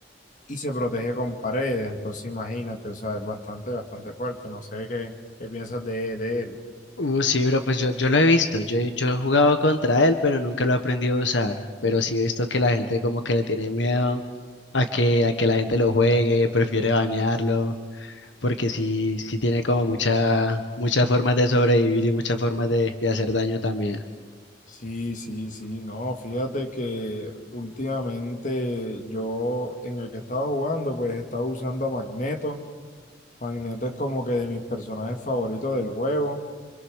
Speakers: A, on the left; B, on the left.
A: y se protege con paredes. Entonces, imagínate, o sea, es bastante, bastante fuerte. No sé qué, qué piensas de, de él.
B: Uh, sí, bro, pues yo, yo lo he visto. Yo, he- yo he jugado contra él, pero nunca lo he aprendido a usar. Pero sí he visto que la gente como que le tiene miedo a que, a que la gente lo juegue, prefiere banearlo, porque sí, sí tiene como mucha, muchas formas de sobrevivir y muchas formas de, de hacer daño también.
A: Sí, sí, sí, no, fíjate que últimamente yo en el que estaba jugando, pues estaba usando a Magneto. Magneto es como que de mis personajes favoritos del juego.